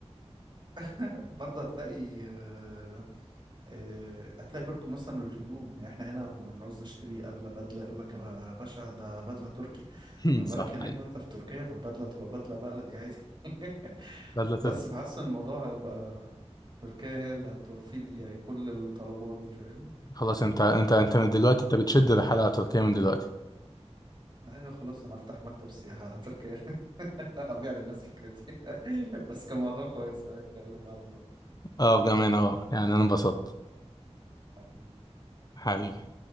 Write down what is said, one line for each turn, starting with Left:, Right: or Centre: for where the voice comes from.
Right: <laughs> برضه هتلاقي آه، آه، هتلاقي برضو مثلا الهدوم يعني احنا هنا لما بنعوز نشتري اغلى بدله يقول لك يا باشا ده بدله تركي
Left: <laughs>
Right: فما
Left: صح
Right: بالك هناك
Left: حقيقي
Right: بقى انت في تركيا فالبدله تبقى بدله بلدي عادي <laughs>
Left: لا لا تركي
Right: بس بحس ان الموضوع هيبقى تركيا هي اللي هتوفي لي يعني كل الطلبات دي فاهم
Left: خلاص انت انت انت من دلوقتي انت بتشد الرحله على تركيا من دلوقتي
Right: ايوه خلاص انا افتح مكتب سياحه على تركيا <laughs> هبيع للناس فكرتي <laughs> بس كان موضوع كويس هنتكلم بعدين بقى
Left: اه بامانه اه يعني انا انبسطت
Right: حبيبي
Left: حقيقي